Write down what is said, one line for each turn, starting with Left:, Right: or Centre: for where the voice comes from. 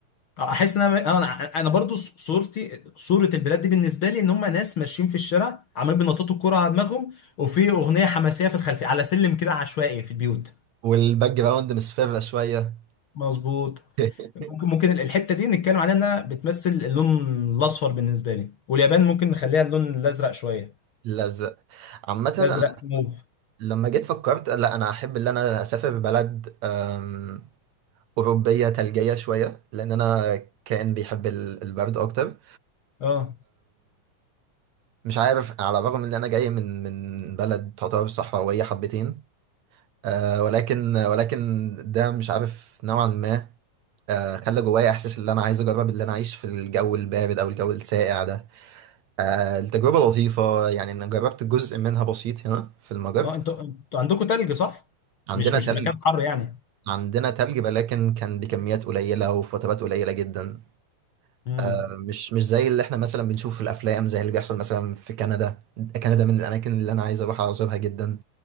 Left: احس ان انا انا أنا برضو صورتي صوره البلاد دي بالنسبه لي ان هم ناس ماشيين في الشارع عمالين بينططوا الكوره على دماغهم وفي اغنيه حماسيه في الخلفيه على سلم كده عشوائي في البيوت
Right: والباك جراوند مصفرة شوية
Left: مظبوط
Right: <laughs>
Left: ممكن ممكن الحته دي نتكلم عليها انها بتمثل اللون الاصفر بالنسبه لي واليابان ممكن نخليها اللون الازرق شويه
Right: الازرق عامة أنا
Left: الازرق موف
Right: لما جيت فكرت لا انا احب ان انا اسافر بلد آم، اوروبية ثلجية شوية لان انا كائن بيحب ال- البرد اكتر
Left: اه
Right: مش عارف على الرغم ان انا جاي من من بلد تعتبر صحراويه حبتين آه ولكن ولكن ده مش عارف نوعا ما آه خلى جوايا احساس ان انا عايز اجرب اللي انا اعيش في الجو البارد او الجو الساقع ده آه التجربه لطيفه يعني انا جربت جزء منها بسيط هنا في المجر
Left: اه انتوا انتوا عندكم تلج صح
Right: عندنا
Left: مش مش
Right: تلج
Left: مكان حر يعني
Right: عندنا تلج ولكن كان بكميات قليله وفي فترات قليله جدا
Left: امم
Right: آه مش مش زي اللي احنا مثلا بنشوفه في الافلام زي اللي بيحصل مثلا في كندا كندا من الاماكن اللي انا عايز اروح ازورها جدا